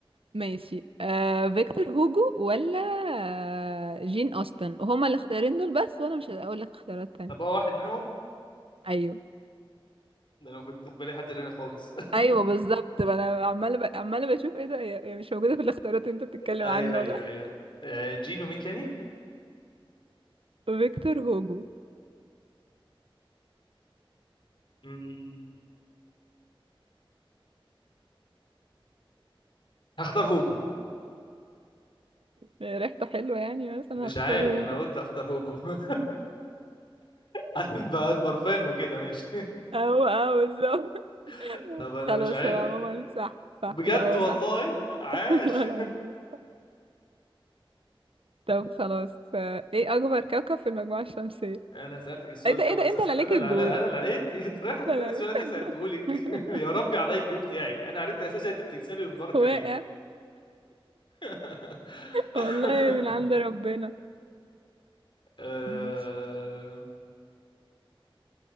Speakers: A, on the right; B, on the left.
A: ماشي آه فيكتور هوجو ولا آه جين اوستن وهما الاختيارين دول بس وانا مش هقول لك اختيارات تانية
B: طب هو واحد منهم
A: ايوه
B: ده انا كنت في بالي حد تاني خالص <laughs>
A: ايوه بالظبط ما انا عماله ب... عماله بشوف ايه ده هي هي مش موجوده في الاختيارات اللي انت بتتكلم
B: ايوه
A: عنه
B: ايوه
A: ولا
B: ايوه آه، جينو مين تاني
A: فيكتور هوجو
B: مم، هختار هوجو
A: ريحته حلوه يعني بس انا
B: مش
A: هختار
B: عارف
A: هوجو
B: انا قلت هختار هوجو <laughs> عارف بقى برفان وكده ماشي
A: او او بالظبط
B: <laughs>
A: <laughs>
B: طب انا
A: خلاص
B: مش عارف
A: هو عموما صح صح
B: بجد
A: لا هو
B: والله
A: صح
B: عاش
A: <laughs> والله العظيم طب خلاص آه، ايه اكبر كوكب في المجموعة الشمسية
B: <laughs> انا سالتك السؤال
A: ايه ده
B: ده
A: ايه
B: واساسا
A: ده انت اللي عليك
B: انا
A: الدور
B: اللي على انا اللي لقيت <laughs> اتريح
A: انت
B: هتسالي
A: اللي عليك
B: السؤال اللي انا سالته لك
A: <laughs>
B: <laughs> يا ربي على الاي كيو بتاعك انا عرفت اساسا انت بتكسبي بالبركه
A: واقع
B: <laughs>
A: والله من عند ربنا
B: آه،
A: ماشي